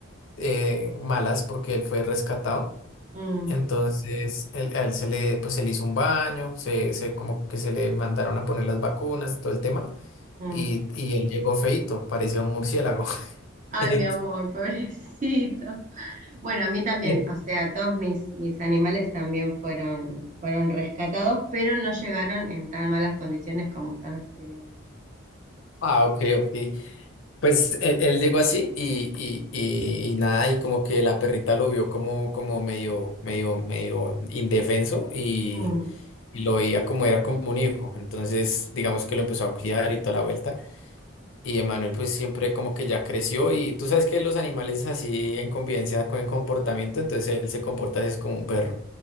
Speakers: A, on the left (about 65°); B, on the right (about 35°).
A: eh, malas, porque él fue rescatado.
B: Mm,
A: Entonces, él- a él se le, pues, se le hizo un baño, se, se- como que se le mandaron a poner las vacunas, todo el tema,
B: mm.
A: y, y él llegó feito, parecía un murciélago.
B: Ay, mi
A: <laughs>
B: amor, <laughs> pobrecito. Bueno, a mí también,
A: Eh,
B: o sea, todos mis, mis animales también fueron, fueron rescatados, pero no llegaron en tan malas condiciones como estás describiendo.
A: Ah, ok, ok. Pues él, él llegó así y, y, y, y nada, y como que la perrita lo vio como, como medio, medio, medio indefenso y,
B: Mm.
A: y lo veía como era como un hijo. Entonces, digamos que lo empezó a cuidar y toda la vuelta. Y Emanuel pues siempre como que ya creció y tú sabes que los animales así en convivencia con comportamiento, entonces él se comporta así es como un perro.